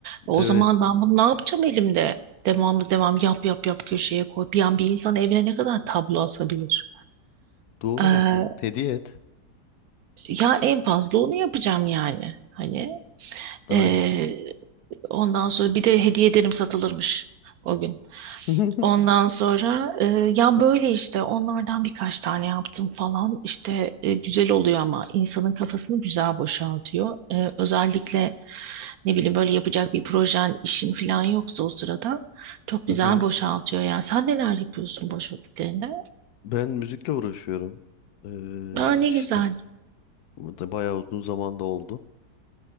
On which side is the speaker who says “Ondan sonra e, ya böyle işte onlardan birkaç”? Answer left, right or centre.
Right